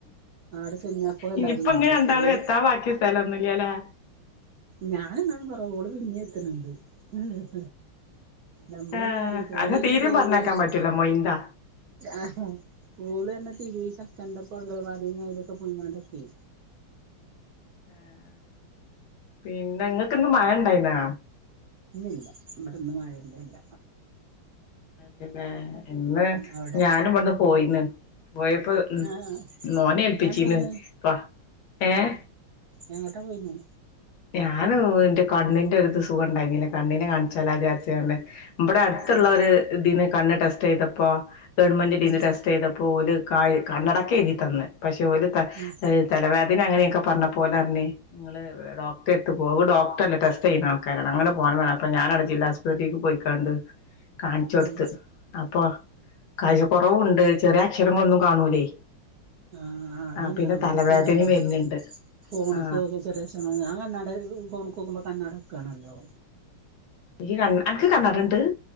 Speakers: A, on the right (about 65°); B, on the left (about 70°).
A: ആടെ ചെന്നപ്പോ എല്ലാരും
B: ഇനിയിപ്പ
A: കണ്ടു
B: ഇങ്ങനെ രണ്ടാളും
A: ഓളും
B: എത്താൻ ബാക്കി സ്ഥലൊന്നുല്ലല്ലേ
A: ഞാൻ ന്നാലും കൊറവാ പിന്നേം എത്ത്ണ് ണ്ട്. നമ്മള്
B: ആ
A: പിന്നെ അടീക്കാ
B: അന്നെ
A: ഓള് പിന്നെ
B: തീരിം
A: ഇതീലുസ്
B: പറഞ്ഞേക്കാൻ പറ്റൂല മൊയിന്താ
A: അഹ് ഓള് ന്ന് തിരുയ് സക്കന്റെ പ്പം അംഗവാടിന്ന് എവിടെയൊക്കെ പോയിങ്ങണ്ടൊക്കെ
B: ആഹ് പിന്നെ ഇങ്ങക്ക്‌ന്ന് മഴ ണ്ടായിന്നൊ?
A: ഇന്നില്ല ഇവ്ടെ മഴ ഇല്ലല്ല.
B: പിന്നെ ഇന്ന്
A: അവിടെ
B: ഞാനും ഇബ്ട്ന്ന് പോയിന്ന് പോയപ്പോ ഉം
A: ആഹ്
B: മോനെ എൽപ്പിച്ചിന്ന്
A: ഞാൻ പോയിനു
B: പ്പ ഏഹ്
A: എങ്ങോട്ടാ പോയിന്നെ?
B: ഞാന് ന്നു ന്റെ കണ്ണിന്റെ ഒര്ത് സുഖംണ്ടായിന്നില്ല കണ്ണിനെ കാണിച്ചാലൊ ആഹ് കരുതിയാണ്ട് ബ്ടെ അടുത്തുള്ള
A: ഉം
B: ഒര് ഇതിന്ന് കണ്ണ് ടെസ്റ്റ് യ്തപ്പോ ഗവൺമെന്റിന്റെന്ന്
A: ഉം
B: ടെസ്റ്റ് ചെയ്തപ്പോ ഓല് ക കണ്ണടക്കെ എഴ്‌തി തന്ന്. പക്ഷെ ഓല് ത
A: ഉം
B: എഹ് തലവേദന അങ്ങനെയൊക്കെ പറഞ്ഞപ്പൊല് ർഞ് ങ്ങള് ഡോ ട്ടെര്ത് പോവൂ ഡോക്ടല്ല ടെസ്റ്റ്‌ യ്യ്ണ ആൾകാരാത അങ്ങനെ പോന്നതാ ഞാനാ ജില്ലാസ്പത്തിക് പോയിക്കാണ്ട് കാണിച്ചൊട്ത്ത്
A: ഉം
B: അപ്പൊ കായ്ച്ച ക്കൊറവൂണ്ട്. ചെറിയ അക്ഷരങ്ങളൊന്നും കാണൂലേ
A: ആഹ് ആഹ് അത്ണ്ടാവും
B: ആ പിന്നെ തലവേദനയും
A: ഇൻക്കുംണ്ടല്ലാത്.
B: വരുന്നുണ്ട്
A: ഫോണ്ക്കൊക്യ
B: ആ
A: ചെറിക്ഷര ഞാൻ കണ്ണട ഫോൺക്കോക്കുമ്പ കണ്ണടക്കാണല്ലോ.
B: ഇജ് ന്നൻ അൻക് കണ്ണടണ്ട്.